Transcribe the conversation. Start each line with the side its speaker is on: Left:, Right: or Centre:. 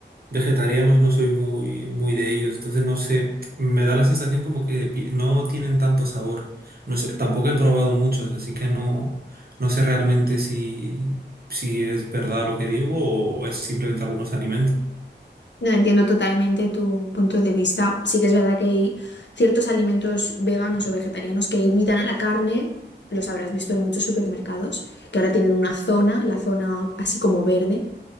Right: Vegetarianos no soy muy, muy de ellos, entonces no sé, me da la sensación como que pi- no tienen tanto sabor. No sé, tampoco he probado muchos, así que no, no sé realmente si, si es verdad lo que digo o es simplemente algunos alimentos.
Left: No entiendo totalmente tu punto de vista. Sí que es verdad que hay ciertos alimentos veganos o vegetarianos que imitan a la carne. Los habrás visto en muchos supermercados, que ahora tienen una zona, la zona así como verde.